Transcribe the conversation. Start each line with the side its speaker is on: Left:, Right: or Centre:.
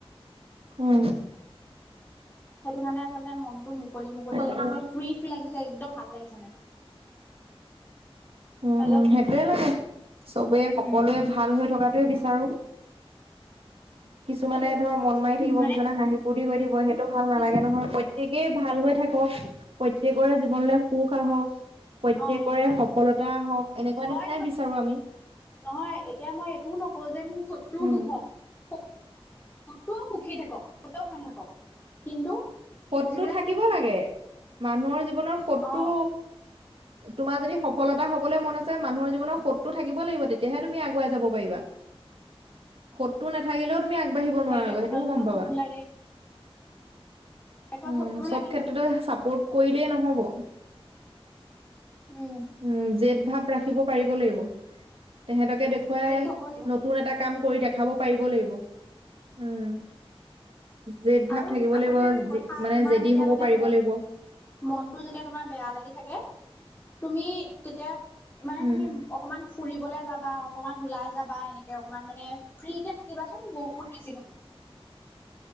Right: উম।
Left: সেইটো কাৰণে আচলতে মনটো মুকলি মুকলি
Right: তাকে
Left: লাগিছে ফ্ৰী, ফ্ৰী লাগিছে একদম ভাল লাগিছে মানে
Right: উম,
Left: হেল্ল'
Right: উম সেইটোয়ে লাগে চবে সকলোৱে
Left: উম
Right: ভাল হৈ থকাটোৱে বিচাৰো। কিছুমানে
Left: সেইটোৱে
Right: ধৰ মন মাৰি থাকিব।
Left: মানে
Right: কিছুমানে হাঁহি, ফুৰ্তি কৰি থাকিব সেইটো ভাল নালাগে
Left: কিছুমান
Right: নহয় প্ৰতে প্ৰত্যেকেই ভাল হৈ থাকক, প্ৰত্যেকৰে জীৱনলৈ সুখ আহক, প্ৰত্যেকৰে
Left: অ
Right: সফলতা হওঁক এনেকুৱা
Left: মই
Right: নিচিনাই বিচাৰো আমি।
Left: নহয় এতিয়া মই এইটোও নকও যে মোৰ শত্ৰুৰ
Right: উম
Left: দুখ হওঁক শত শত্ৰুও সুখী থাকক, সিহঁতেও হাঁহি থাকক কিন্তু
Right: শত্ৰু
Left: যিবিলাক
Right: থাকিব
Left: মোৰ
Right: লাগে। মানুহৰ জীৱনত শত্ৰু
Left: অ
Right: তোমাৰ যদি সফলতা হ'বলে মন আছে মানুহৰ জীৱনত শত্ৰু থাকিব লাগিব। তেতিয়াহে তুমি আগুৱাই যাব পাৰিবা। শত্ৰু নাথাকিলেও তুমি আগবাঢ়িব
Left: সেইটোৱে
Right: নোৱাৰা আকৌ
Left: মানুহৰ
Right: সেইটোও
Left: জীৱনত
Right: গম পাবা।
Left: শত্ৰু লাগে শেষত
Right: উম,
Left: শত্ৰু
Right: চব
Left: লাগিবই
Right: ক্ষেত্ৰতে চাপৰ্ট কৰিলেই নহ'ব।
Left: উম।
Right: উম, জেদ ভাৱ ৰাখিব পাৰিব লাগিব তেহঁতকে দেখুৱাই
Left: যদি
Right: দেখুৱাই
Left: হ'ব লাগিব
Right: নতুন এটা কাম কৰি দেখাব পাৰিব লাগিব উম। জেদ ভাৱ
Left: আৰু
Right: থাকিব
Left: আচলতে
Right: লাগিব
Left: কথা
Right: জি মানে
Left: তোমাৰ
Right: জেদি
Left: যেতিয়া
Right: হ'ব
Left: মানে
Right: পাৰিব
Left: মন
Right: লাগিব।
Left: মনটো যেতিয়া তোমাৰ বেয়া লাগি থাকে, তুমি তেতিয়া মানে
Right: উম
Left: তুমি অকমান ফুৰিবলে যাবা, অকমান ওলাই যাবা এনেকে অকমান মানে ফ্ৰীকে থাকিবাচোন বহুত বেছি ভাল